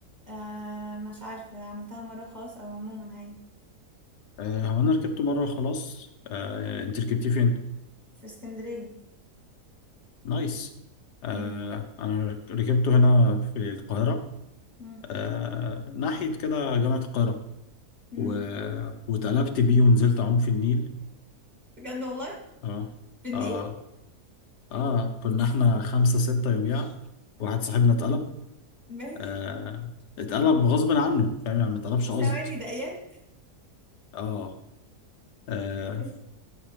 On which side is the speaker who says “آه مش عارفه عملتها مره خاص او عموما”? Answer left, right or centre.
Right